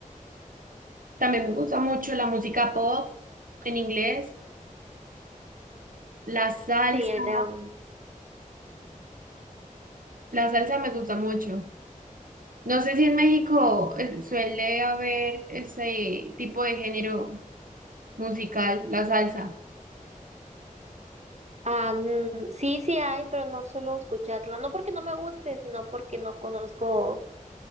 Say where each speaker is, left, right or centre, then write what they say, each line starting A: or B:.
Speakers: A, on the right; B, on the right.
A: también me gusta mucho la música pop en inglés, la salsa.
B: Sí, él también.
A: La salsa me gusta mucho. No sé si en México eh, suele haber ese tipo de género. musical, la salsa.
B: Ah, mm, sí, sí hay, pero no suelo escucharla. No porque no me guste, sino porque no conozco